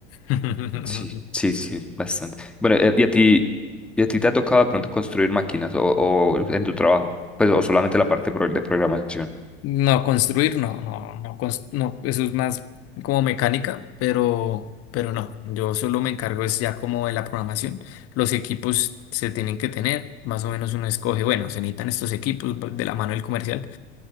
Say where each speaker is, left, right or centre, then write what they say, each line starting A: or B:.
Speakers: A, on the left; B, in the centre.
A: <laughs>
B: Sí, sí, sí, bastante. Bueno, eh, ¿y a ti, y a ti te ha tocado de pronto construir máquinas o, o en tu trabajo? Pues, o solamente la parte pro- de programación.
A: No, construir, no, no, no, cons- no, eso es más como mecánica, pero, pero no, yo solo me encargo es ya como de la programación. Los equipos se tienen que tener, más o menos uno escoge, bueno, se necesitan estos equipos de la mano del comercial.